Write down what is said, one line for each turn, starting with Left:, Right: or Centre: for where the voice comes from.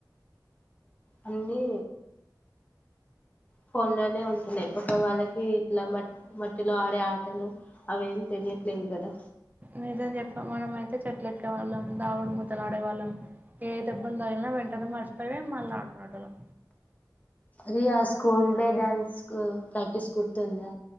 Left: అన్నీ ఫోన్లోనే ఉంటున్నాయి ఇప్పటి వాళ్ళకి ఇట్లా మట్ మట్టిలో ఆడే ఆటలు అవేమి తెలి చేయట్లేదు కదా
Right: నిజం చెప్పు మనమైతే చెట్లు ఎక్కేవాళ్ళం దాగుడు మూతలు ఆడేవాళ్ళం ఏ దెబ్బలు తగిలిన వెంటనే మర్చిపోయి మళ్ళీ ఆడుకునేటోళ్ళం
Left: రియా స్కూల్ డే డాన్స్ కు ప్రాక్టీస్ గుర్తుందా